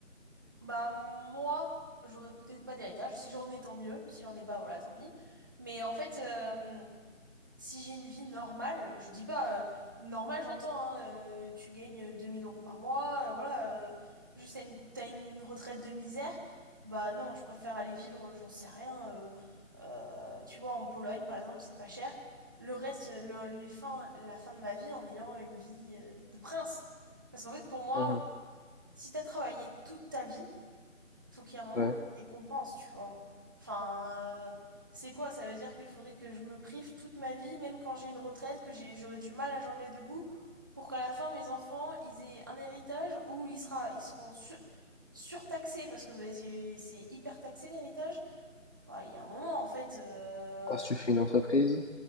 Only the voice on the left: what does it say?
Mhm.
Ouais.
Parce que tu fais une entreprise.